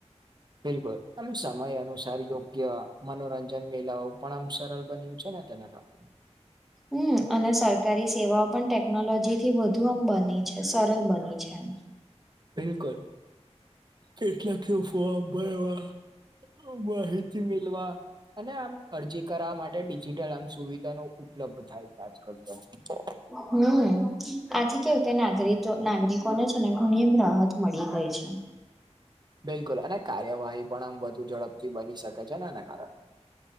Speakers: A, on the right; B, in the centre.
A: બિલકુલ, આમ સમય અનુસાર યોગ્ય મનોરં- જનમેલા ઓ પણ આમ સરળ બન્યું છે ને તેના માટે
B: હમ્મ, અને સરકારી સેવાઓ પણ ટેકનોલોજી થી વધુ આમ બની છે, સરલ બની છે એમ
A: બિલકુલ કેટલાક તો <inaudible> હોય એવા અ માહિતી મીલવા અને આમ અરજી કરાવા માટે ડિજિટલ આમ સુવિધાનો ઉપલબ્ધ થાય છે આજકાલ તો
B: હમ્મ, આથી કેવું કે નાગરિક નાગરિકો છે ને ઘણી રાહત મળી ગઈ છે
A: બિલકુલ અને કાર્યવાહી પણ આમ વધુ ઝડપથી બની શકે છે ને આના કારણે